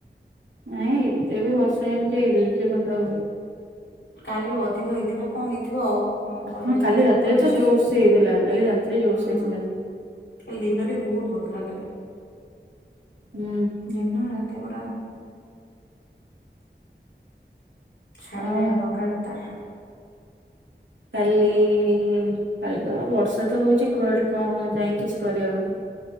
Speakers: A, on the right; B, on the left.
A: ନାଇଁ ଏତେ ବି ବର୍ଷା ହେଇନି ଯେ ଇଲେକ୍ଟ୍ରି ଖୁଣ୍ଟ
B: କାଲି ଅଧିକ ହେଇଥିଲା କଣ ହେଇଥିବ ଆଉ। କଣ କହିଲେ
A: ହଁ କାଲି
B: ତ
A: ରାତିରେ
B: ପଡିଛି
A: ତ ଜୋରସେ ହେଇଥିଲା, କାଲି ରାତି ରେ ଜୋରସ
B: ହଁ
A: ହେଇଥିଲା।
B: ହଁ କାଲି ଦିନରେ ବହୁତ ହଉଥିଲା କାଲି।
A: ହୁଁ।
B: ଦିନ ରାତି ପୁରା। ଛାଡ଼ିଲାନି
A: ଆଉ
B: ଲଗାତାର।
A: କାଲି କାଲି ତ ବର୍ଷା ତ ହଉଚି କୁଆଡେ କଣ ଯାଇ କିଛି କରିହବନି।